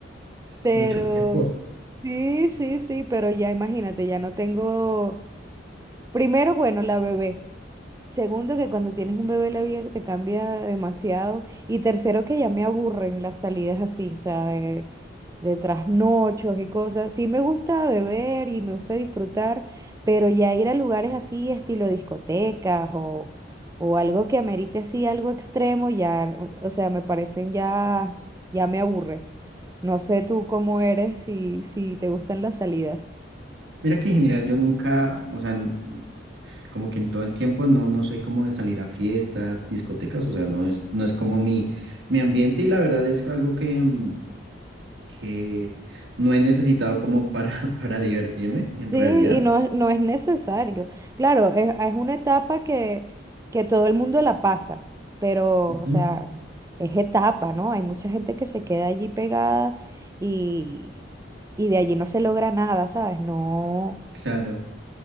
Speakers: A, on the right; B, on the right.
A: Pero,
B: mucho tiempo.
A: sí, sí, sí, pero ya imagínate, ya no tengo, primero, bueno, la bebé. Segundo, que cuando tienes un bebé la vida te cambia demasiado. Y tercero, que ya me aburren las salidas así, o sea, de trasnochos y cosas. Sí me gusta beber y me gusta disfrutar, pero ya ir a lugares así, estilo discotecas o, o algo que amerite así algo extremo, ya, o sea, me parecen ya, ya me aburre. No sé tú cómo eres, si, si te gustan las salidas.
B: Mira que en general yo nunca, o sea, n- como que en todo el tiempo no, no soy como de salir a fiestas, discotecas, o sea, no es, no es como mi, mi ambiente y la verdad es algo que... mm, que no he necesitado como para, <laughs> para divertirme, en
A: Sí,
B: realidad.
A: y no, es- no es necesario. Claro, es, es una etapa que, que todo el mundo la pasa, pero,
B: Ujú,
A: o sea, es etapa, ¿no? Hay mucha gente que se queda allí pegada y, y de allí no se logra nada, ¿sabes? No,
B: Claro.